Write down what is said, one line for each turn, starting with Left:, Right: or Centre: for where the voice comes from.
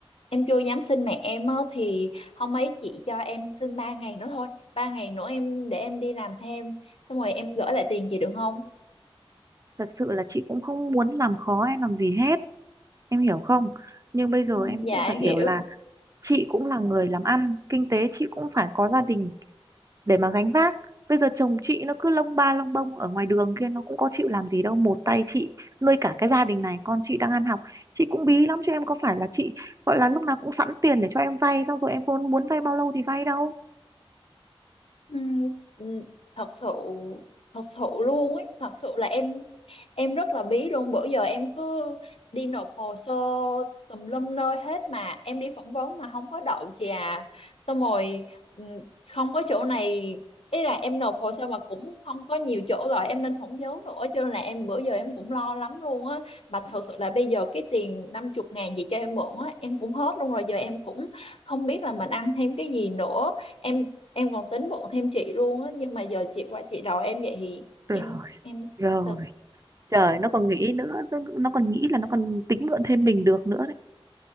Left: em chưa dám xin mẹ em á thì hôm ấy chị cho em xin ba ngày nữa thôi ba ngày nữa em để em đi làm thêm xong rồi em gửi lại tiền chị được không
Right: thật sự là chị cũng không muốn làm khó em làm gì hết em hiểu không nhưng bây giờ
Left: Ừ,
Right: em
Left: dạ
Right: cũng
Left: em
Right: phải
Left: hiểu
Right: hiểu là chị cũng là người làm ăn kinh tế chị cũng phải có gia đình để mà gánh vác bây giờ chồng chị nó cứ lông ba lông bông ở ngoài đường kia nó cũng có chịu làm gì đâu một tay chị nuôi cả cái gia đình này con chị đang ăn học chị cũng bí lắm chứ em có phải là chị gọi là lúc nào cũng sẵn tiền để cho em vay xong rồi em muốn muốn vay bao lâu thì vay đâu
Left: Ừm, ừm, thật sự thật sự luôn ấy thật sự là em em rất là bí luôn bữa giờ em cứ đi nộp hồ sơ tùm lum nơi hết mà em đi phỏng vấn mà không có đậu chị à xong rồi ừm, không có chỗ này ý là em nộp hồ sơ mà cũng không có nhiều chỗ rồi em nên phỏng vấn nữa cho nên là em bữa giờ em cũng lo lắm luôn á mà thật sự là bây giờ cái tiền năm chục ngàn gì cho em mượn á em cũng hết luôn rồi giờ em cũng không biết là mình ăn thêm cái gì nữa em em còn tính bụng thêm chị luôn á nhưng mà giờ chị qua chị đòi em vậy thì
Right: rồi
Left: em em
Right: rồi
Left: tự
Right: trời nó còn nghĩ nữa nó nó còn nghĩ là nó còn tính mượn thêm mình được nữa đấy